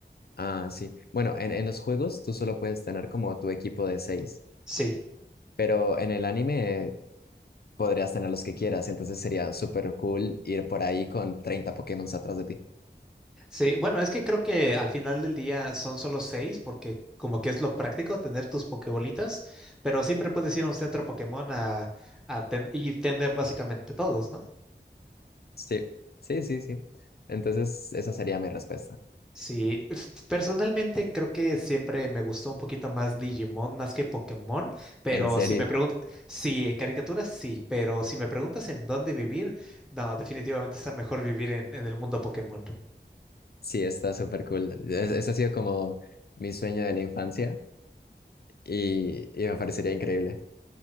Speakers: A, on the left; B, in the centre.
A: Ah, sí. Bueno, en, en los juegos tú solo puedes tener como tu equipo de seis,
B: Sí,
A: pero en el anime eh, podrías tener los que quieras. Entonces sería súper cool ir por ahí con 30 Pokémons atrás de ti.
B: sí. Bueno, es que creo que al final del día son solo seis, porque como que es lo práctico tener tus Pokébolitas, pero siempre puedes ir a un centro Pokémon a, a ten- y tener básicamente todos, ¿no?
A: Sí, sí, sí, sí. Entonces esa sería mi respuesta.
B: Sí, f- personalmente creo que siempre me gustó un poquito más Digimon más que Pokémon, pero
A: En serio.
B: si me preguntas, sí, en caricaturas sí, pero si me preguntas en dónde vivir, no, definitivamente está mejor vivir en, en el mundo Pokémon.
A: Sí, está súper cool. Es- Ese ha sido como mi sueño de la infancia y, y me parecería increíble.